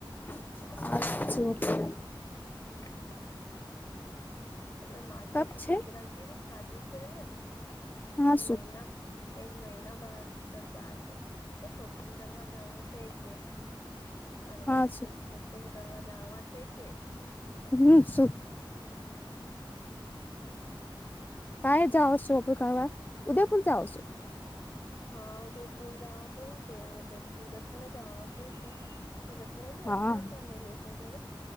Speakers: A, on the left; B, on the left.
A: અછું.
B: હમ્મ. અ માસી
A: કપ
B: કે
A: છે
B: દીકરા કે ભી શાદી છે ને
A: હા
B: તો
A: શું
B: મહિના એક મહિના બાર દરબાદ તો શોપિંગ કરવા જાણું. છે કે અણવાર
A: હા શું
B: શોપિંગ કરવા જવા છે કે.
A: હમ સુખ
B: હમ
A: કાઈ જાવ શો શોપિંગ કરવાવા ઉદયપુર પણ જાઓ છો.
B: હા ઉદયપુર જવા તોને જે વટે સુરતમાં જવા તોય સુરત મે ભી
A: હા
B: અચ્છા અચ્છા મેલે છે હે